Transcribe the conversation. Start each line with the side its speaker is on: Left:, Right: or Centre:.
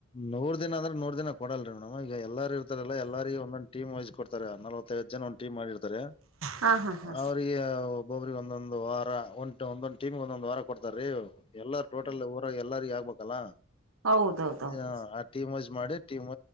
Left: ನೂರ್ ದಿನ ಅಂದ್ರೆ ನೂರ್ ದಿನ ಕೊಡಲ್ರೀ ಮೇಡಮ್ ಈಗ ಎಲ್ಲಾರ ಇರ್ತಾರಲ್ಲ ಎಲ್ಲಾರಗ ಒಂದೊಂದು ಟೀಮ್ ವೈಸ್ ಕೊಡ್ತಾರೆ ಅ ಜನ ಟೀಮ್ ಮಾಡಿರ್ತಾರೆ
Right: ಹಾ ಹಾ ಹಾ
Left: ಅವ್ರಿಗೆ ಒಬ್ಬರಿಗೆ ಒಂದೊಂದಂದು ವಾರ ಒ ಒಂದೊಂದು ಟೀಮಗೆ ಒಂದೊಂದಂದು ವಾರ ಕೊಡ್ತಾರ ರೀ ಎಲ್ಲಾರ ಟೋಟಲ್ ಊರ ಎಲ್ಲಾರ ಯ ಪಕಲ್ಲಾ
Right: ಹೌದೌದೌದು
Left: ಹ
Right: ಸರ್
Left: ಆ ಟೀಮ್ ವಜ್ ಮಾಡಿ ಟೀಮ್